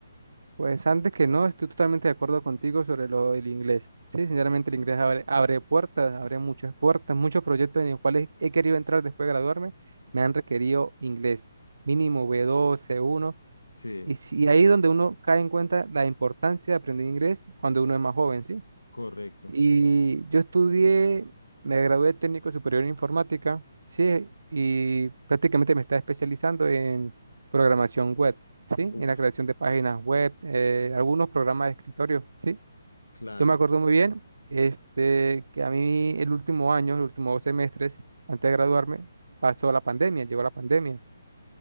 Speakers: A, on the right; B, on the left.
A: Pues antes que no, estoy totalmente de acuerdo contigo sobre lo del inglés. Sí, sinceramente
B: Sí,
A: el inglés abre, abre puertas, abre muchas puertas, muchos proyectos en los cuales he querido entrar después de graduarme, me han requerido inglés, mínimo B2, C1,
B: sí,
A: y, si- y ahí es donde uno cae en cuenta la importancia de aprender inglés cuando uno es más joven, ¿sí?
B: correcto.
A: Y yo estudié, me gradué de técnico superior en informática, sí, y prácticamente me estaba especializando en programación web, sí,
B: Uf,
A: en la creación de páginas web, eh, algunos programas de escritorio, sí.
B: claro.
A: Yo me acuerdo muy bien, este, que a mí el último año, los últimos dos semestres, antes de graduarme, pasó la pandemia, llegó la pandemia.